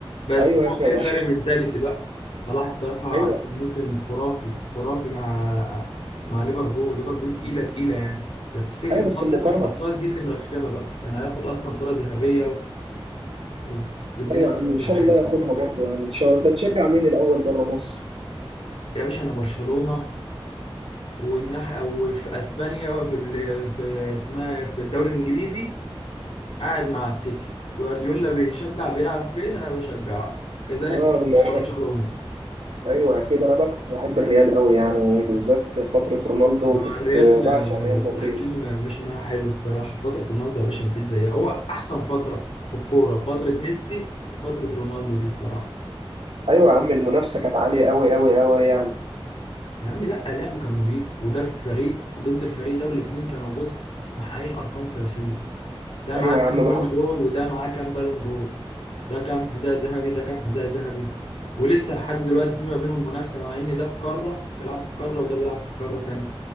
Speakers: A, on the left; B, on the right.
A: بس
B: ايوه
A: هو
B: يا ابني
A: هي
B: بقى.
A: فرق منتاليتي بقى صلاح الصراحة
B: ايوه
A: عامل موسم خرافي خرافي مع مع ليفربول ليفربول تقيلة تقيلة يعني بس فكرة
B: ايوه
A: إن
B: بس
A: هو طلع
B: المقارنه
A: من الأبطال دي اللي مرخمة بقى كان هياخد أصلا كرة ذهبية و- والدنيا
B: ايوه يا
A: كانت
B: عم ان
A: هتبقى
B: شاء
A: حلوة
B: الله ياخدها برضه يعني ان شاء الله انت بتشجع مين الاول بره مصر؟
A: يا باشا أنا برشلونة والناحية وفي أسبانيا وفي ال... في اسمها إيه، في الدوري الإنجليزي قاعد مع السيتي جوارديولا بيشجع بيلعب فين أنا بشجعه كذلك
B: اه
A: برضه
B: بما
A: برشلونة
B: إنك- ايوه اكيد انا بقى كنت بحب الريال قوي يعني بالذات فتره رونالدو
A: مع
B: كنت
A: الريال
B: بعشق
A: آه،
B: ريال
A: التحكيم
B: مدريد
A: ماشي معاه حلو الصراحة فترة رونالدو يا باشا مفيش زيها هو أحسن فترة في الكورة فترة ميسي وفترة رونالدو دي الصراحة
B: ايوه يا عم المنافسه كانت عاليه قوي قوي قوي يعني
A: يا عم لا لعب كان نضيف وده في فريق ضد الفريق ده والاتنين كانوا بص محققين أرقام قياسية ده معاه
B: ايوه يا
A: كام
B: عم
A: بالون
B: بقى
A: دور وده معاه كام بالون دور ده كام حذاء ذهبي ده كام حذاء ذهبي ولسه لحد دلوقتي في ما بينهم منافسة مع إن ده في قارة بيلعب في قارة وده بيلعب في قارة تانية